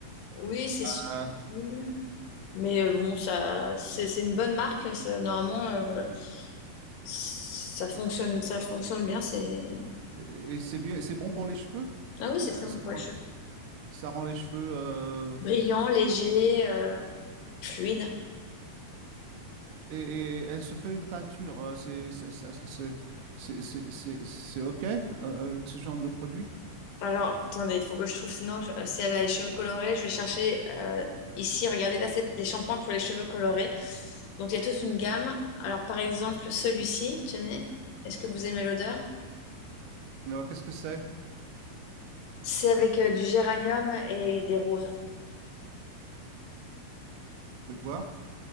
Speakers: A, on the left; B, on the right.
A: Oui, c'est
B: Ah.
A: subtil, mais euh, bon, ça, c'est c'est une bonne marque. ça, normalement, euh, ça fonctionne, ça fonctionne bien. C'est
B: Et, et c'est bien, c'est bon pour les cheveux.
A: Ah oui,
B: Ça,
A: c'est très bon
B: ça
A: pour
B: rend,
A: les cheveux.
B: ça rend les cheveux. euh,
A: Brillant, léger, euh, fluide.
B: Et, et elle se fait une teinture. euh, C'est c'est ça- c'est- c'est- c'est- c'est- c'est OK euh, avec ce genre de produit?
A: Alors, attendez, il faut que je trouve, sinon, je- si elle a les cheveux colorés, je vais chercher euh, ici, regardez, là, c'est les shampoings pour les cheveux colorés. Donc, il y a toute une gamme. Alors, par exemple, celui-ci, tenez, est-ce que vous aimez l'odeur?
B: Alors, qu'est-ce que c'est?
A: C'est avec euh, du géranium et des roses.
B: Faites voir.